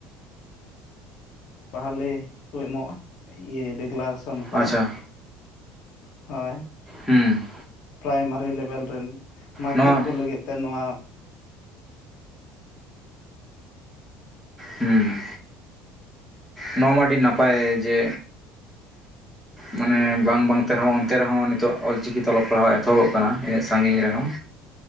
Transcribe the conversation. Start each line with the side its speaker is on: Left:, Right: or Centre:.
Left: ᱵᱟᱦᱟᱞᱮ ᱠᱚ ᱮᱢᱚᱜᱼᱟ ᱤᱭᱟᱹ <unintelligible> ᱥᱚᱱ ᱠᱟᱫᱟ
Centre: ᱟᱪᱪᱷᱟ
Left: ᱦᱳᱭ
Centre: ᱦᱩᱸ
Left: ᱯᱨᱟᱭᱢᱟᱨᱤ ᱞᱮᱵᱮᱞ ᱨᱮᱱ ᱢᱟᱪᱮᱫ
Centre: ᱱᱚᱣᱟ
Left: ᱠᱚ ᱞᱟᱹᱜᱤᱫ ᱛᱮ ᱱᱚᱣᱟ
Centre: ᱦᱩᱸ ᱱᱚᱣᱟ ᱢᱟ ᱟᱹᱰᱤ ᱱᱟᱯᱟᱭ ᱡᱮ ᱢᱟᱱᱮ ᱵᱟᱝ ᱵᱟᱝ ᱛᱮ ᱨᱮᱦᱚᱸ ᱚᱱᱛᱮ ᱨᱮᱦᱚᱸ ᱱᱤᱛᱚᱜ ᱚᱞᱪᱤᱠᱤ ᱛᱮ ᱚᱞᱚᱜ ᱯᱟᱲᱦᱟᱜ ᱮᱛᱚᱦᱚᱵᱚᱜ ᱠᱟᱱᱟ ᱤᱱᱟᱹᱜ ᱥᱟᱜᱤᱧ ᱨᱮᱦᱚᱸ᱾